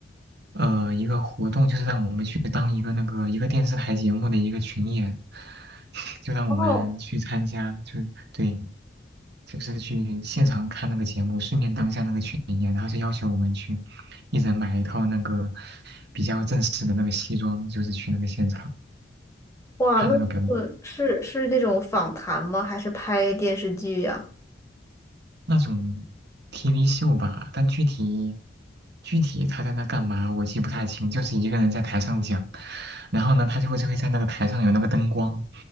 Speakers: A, on the right; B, on the left.
A: 呃一个活动，就是让我们去当一个那个一个电视台节目的一个群演，<laughs> 就让我们去参加，
B: 哦，
A: 就对，就是去现场看那个节目，顺便当下那个群演，然后就要求我们去一人买一套那个比较正式的那个西装，就是去那个现场。
B: 哇，
A: 看那个表演。
B: 那呃是是那种访谈吗？还是拍电视剧呀？
A: 那种 TV 秀吧，但具体具体他在那干嘛，我记不太清，就是一个人在台上讲，然后呢，他就会就会在那个台上有那个灯光，